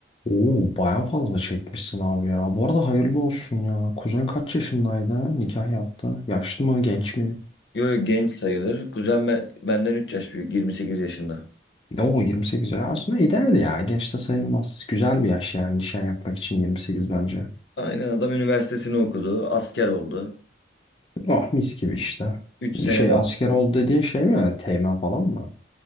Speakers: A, on the left; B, on the left.
A: Oo baya fazla çekmişsin abi ya. Bu arada hayırlı olsun ya. Kuzen kaç yaşındaydı? Nikah yaptı. Yaşlı mı? Genç mi?
B: Yo, yo, genç sayılır. Kuzen ben- benden 3 yaş büyük, 28 yaşında.
A: Oo 28 ya. Aslında ideal ya. Genç de sayılmaz. Güzel bir yaş yani nişan yapmak için 28 bence.
B: Aynen adam üniversitesini okudu, asker oldu.
A: Ah mis gibi işte.
B: 3 sene
A: Şey
B: daha.
A: asker oldu dediğin şey mi? Teğmen falan mı?